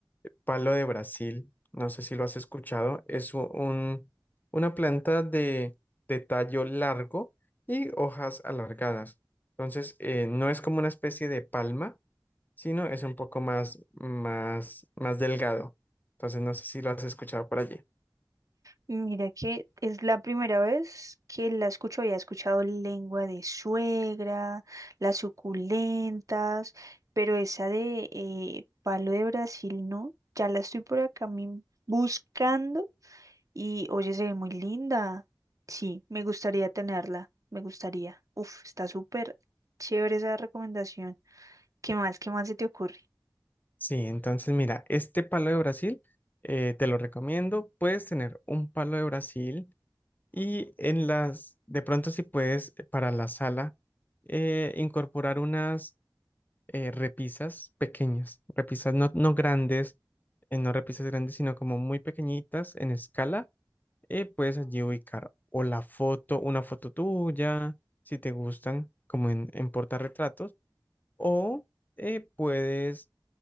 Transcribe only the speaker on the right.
Mira que es la primera vez que la escucho, había escuchado lengua de suegra, las suculentas, pero esa de eh, palo de Brasil no, ya la estoy por acá mi- buscando y oye, se ve muy linda. Sí, me gustaría tenerla, me gustaría. Uf, está súper chévere esa recomendación. ¿Qué más? ¿Qué más se te ocurre?